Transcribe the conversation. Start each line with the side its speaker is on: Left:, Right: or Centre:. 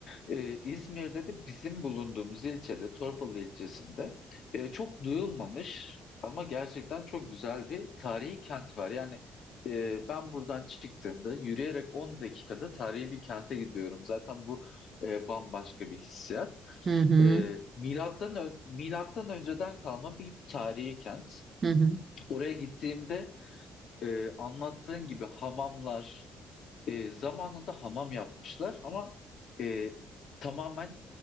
Left: E, İzmir'de de bizim bulunduğumuz ilçede, Torbalı ilçesinde e, çok duyulmamış ama gerçekten çok güzel bir tarihi kent var. Yani e, ben buradan çıktığımda yürüyerek 10 dakikada tarihi bir kente gidiyorum. Zaten bu e, bambaşka bir hissiyat.
Right: Hı hı.
Left: E, milattan ö- milattan önceden kalma bir tarihi kent.
Right: Hı hı.
Left: Oraya gittiğimde e, anlattığın gibi hamamlar e, zamanında hamam yapmışlar ama e, tamamen